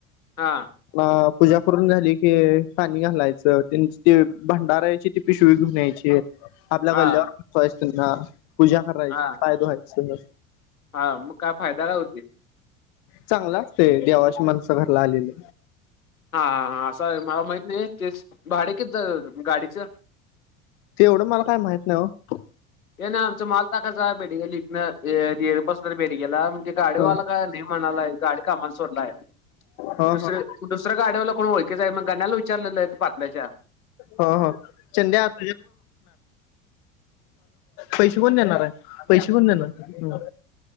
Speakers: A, on the left; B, on the left.
A: हां
B: अ पूजा करून झाली की पाणी घालायचं ते भंडारायची ते पिशवी घेनयची आपल्या
A: हा
B: गल्ल्यावरय त्यांना पूजा करायची
A: हा
B: पाय ववायचं
A: हा मग काय फायदाला होते
B: चांगलं असते देवाशी माणसं घराला आलेली
A: हा ह हा असं मला माहित नाही ते भाडे किती ज गाडीच
B: ते एवढं मला काय माहित नाही हो
A: हे ना आमचा माल टाकायचा बेडगला लििकणं बसला बेडग्याला गाडेवाला
B: हो
A: काय नाही म्हणालाय गाडी का आम्हाला सोडलाय
B: हो
A: दुसरे
B: हो
A: दुसऱ्या गाड्यावरला कोण ओळखच आहे मग गण्या्याला विचारलेलं आहे पाातल्या्याच्या
B: हो हो ंड्या आत पैसे कोण देणार आहे पैसे कोण देणार